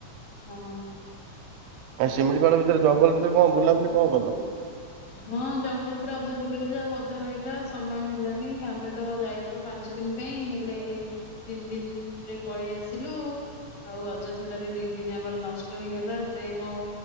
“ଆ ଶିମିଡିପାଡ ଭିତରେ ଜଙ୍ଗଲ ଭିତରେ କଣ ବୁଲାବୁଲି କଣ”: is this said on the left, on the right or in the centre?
Right